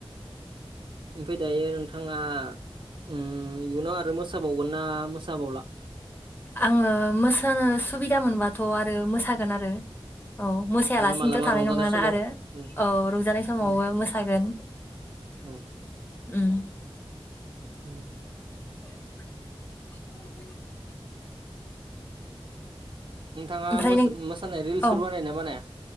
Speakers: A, on the right; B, on the left.
A: ओमफ्राय दायो नोंथाङा इयुनाव आरो मोसाबावगोन ना मोसाबावला
B: आङो मोसानो सुबिदा मोनबाथ' आरो मोसागोन आरो औ मोसायालासिनोथ'
A: आरो मालाबा
B: थानाय
A: रंजानाय
B: नङाना
A: समाव
B: आरो
A: उम
B: औ रंजानाय समावबो
A: उम
B: मोसागोन
A: औ
B: ओम
A: उम
B: <inaudible>
A: नोंथाङा
B: ओमफ्राय नों
A: मोसानाय रिल्सफोर
B: औ
A: बानायो ना बानाया